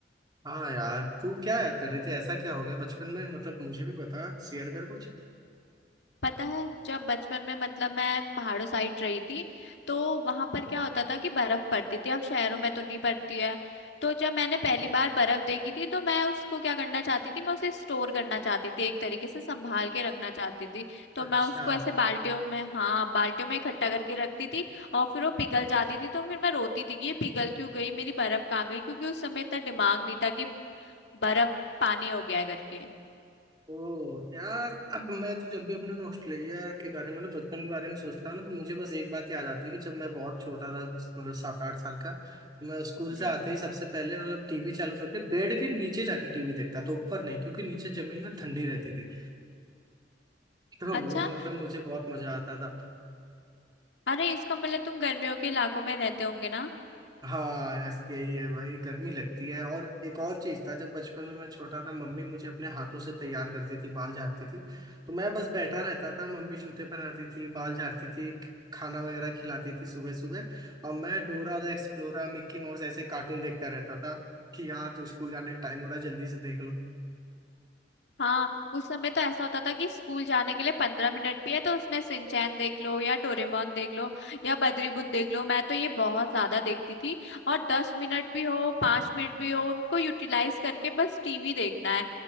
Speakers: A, on the right; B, on the left.
A: हाँ यार तू क्या याद कर रही थी ऐसा क्या हो गया बचपन में मतलब मुझे भी बता शेयर कर कुछ
B: पता है जब बचपन में मतलब मैं पहाड़ों साइड रही थी तो वहां पर क्या होता था कि बर्फ पड़ती थी अब शहरों में तो नहीं पड़ती है तो जब मैंने पहली बार बर्फ देखी थी तो मैं उसको क्या करना चाहती थी मैं उसे स्टोर करना चाहती थी एक तरीके से संभाल के रखना चाहती थी
A: अच्छा
B: तो मैं उसको ऐसे बाल्टियों में हाँ बाल्टियों में इकट्ठा करके रखती थी और फिर वो पिघल जाती थी तो फिर मैं रोती थी कि ये पिघल क्यों गई मेरी बर्फ कहाँ गई क्योंकि उस समय इतना दिमाग नहीं था कि बर्फ पानी हो गया है करके
A: ओ यार अब मैं तो जब भी अपने ऑस्ट्रेलिया के बारे में मतलब बचपन के बारे में सोचता हूँ ना तो मुझे बस एक बात याद आती है कि जब मैं बहुत छोटा था मतलब सात आठ साल का मैं स्कूल से
B: हम्म
A: आते ही सबसे पहले मतलब टीवी चालू करके बेड के नीचे जाके टीवी देखता था तो ऊपर नहीं क्योंकि नीचे जमीन में ठंडी रहती थी तो
B: अच्छा
A: वो मतलब मुझे बहुत मजा आता था
B: अरे इसका मतलब तुम गर्मियों के इलाकों में रहते होंगे ना
A: हाँ ऐस- यही है भाई गर्मी लगती है और एक और चीज था जब बचपन में मैं छोटा था मम्मी मुझे अपने हाथों से तैयार करती थी बाल झाड़ती थी तो मैं बस बैठा रहता था मम्मी जूते पहनाती थी बाल झाड़ती थी खाना वगैरह खिलाती थी सुबह सुबह और मैं Dora the Explorer Mickey Mouse ऐसे कार्टून देखता रहता था कि यार जो स्कूल जाने का टाइम हो रहा है जल्दी से देख लो
B: हाँ उस समय तो ऐसा होता था कि स्कूल जाने के लिए पंद्रह मिनट भी है तो उसमें सिंचैन देख लो या डोरेमोन देख लो या बद्रीबुत देख लो मैं तो ये बहुत ज्यादा देखती थी और दस मिनट भी हो पांच मिनट भी हो उनको यूटिलाइज करके बस टीवी देखना है